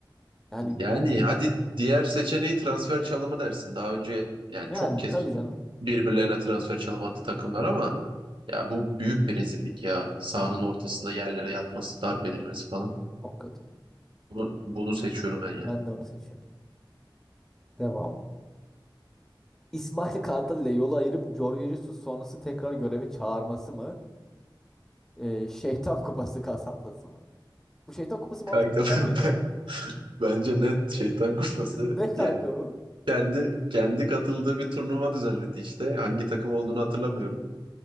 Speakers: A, in the centre; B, on the right.
A: Yani
B: Yani hadi diğer seçeneği transfer çalımı dersin. Daha önce yani
A: yani
B: çok kez
A: tabii canım.
B: birbirlerine transfer çalım attı takımlar ama ya bu büyük bir rezillik ya. Sahanın ortasında yerlere yatması, darp edilmesi falan.
A: Çok kötü.
B: Bunu, bunu seçiyorum ben yani.
A: Ben de onu seçiyorum. Devam. İsmail Kartal ile yolu ayırıp Jorge Jesus sonrası tekrar göreve çağırması mı? Ee, şeytan kupası kazanması mı? Bu şeytan kupası
B: Kanka
A: muhabbeti ne? Ben
B: <laughs>
A: bilmiyorum
B: ben-
A: bunu.
B: bence net şeytan kuşması
A: <laughs> Ne kanka
B: yani
A: bu?
B: kendi kendi katıldığı bir turnuva düzenledi işte. Hangi takım olduğunu hatırlamıyorum.